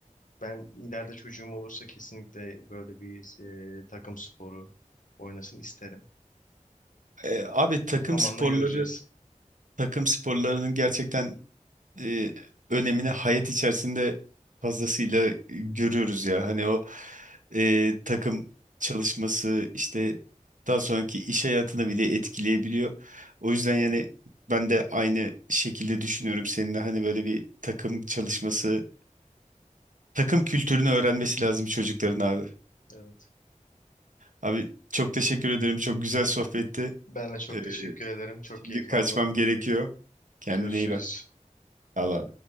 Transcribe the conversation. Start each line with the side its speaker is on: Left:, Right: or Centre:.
Left: Ben ileride çocuğum olursa kesinlikle böyle bir e, takım sporu oynasın isterim.
Right: Ee, abi takım
Left: Zamanla
Right: sporları
Left: göreceğiz.
Right: takım sporlarının gerçekten e, önemini hayat içerisinde fazlasıyla görüyoruz ya. Hani o e, takım çalışması işte daha sonraki iş hayatını bile etkileyebiliyor. O yüzden yani ben de aynı şekilde düşünüyorum. seninle. hani böyle bir takım çalışması, takım kültürünü öğrenmesi lazım çocukların abi.
Left: Evet.
Right: Abi çok teşekkür ederim. Çok güzel sohbetti.
Left: Ben de çok
Right: Ee,
Left: teşekkür ederim. Çok
Right: Şimdi
Left: keyif
Right: kaçmam
Left: aldım.
Right: gerekiyor. Kendine
Left: Görüşürüz.
Right: iyi bak. Allah.